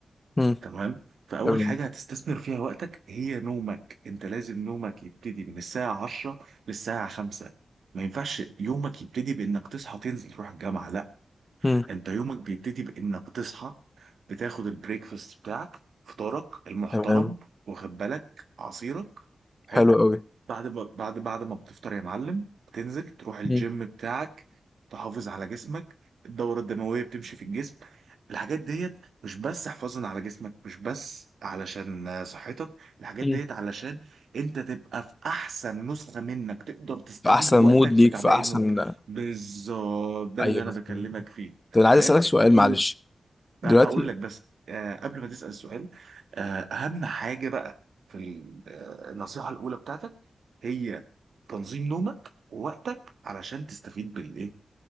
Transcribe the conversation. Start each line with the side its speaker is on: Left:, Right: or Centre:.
Left: مم.
Right: تمام فاول
Left: تمام
Right: حاجه هتستثمر فيها وقتك هي نومك انت لازم نومك يبتدي من الساعه 10 للساعه 5 ما ينفعش يومك يبتدي بانك تصحى تنزل تروح الجامعه لا
Left: مم.
Right: انت يومك بيبتدي بانك تصحى بتاخد البريكفاست بتاعك فطارك المحترم
Left: تمام
Right: واخد بالك عصيرك حلو
Left: حلو قوي
Right: بعد ما بعد بعد ما بتفطر يا معلم بتنزل تروح الجيم
Left: مم.
Right: بتاعك تحافظ على جسمك الدورة الدموية بتمشي في الجسم الحاجات ديت مش بس حفاظا على جسمك مش بس علشان آه، صحتك الحاجات
Left: مم.
Right: ديت علشان انت تبقى في احسن نسخة منك تقدر تستفيد
Left: في احسن
Right: بوقتك
Left: مود ليك
Right: بتاع
Left: في
Right: باقي
Left: احسن
Right: النوم بالظبط ده
Left: ايوه
Right: اللي انا بكلمك
Left: فهمت.
Right: فيه
Left: طب انا عايز
Right: فاهم
Left: اسالك سؤال
Right: فاول
Left: معلش دلوقتي
Right: انا هقول لك بس آه قبل ما تسأل السؤال آه اهم حاجة بقى في ال- آه، النصيحة الاولى بتاعتك هي تنظيم نومك ووقتك علشان تستفيد بالايه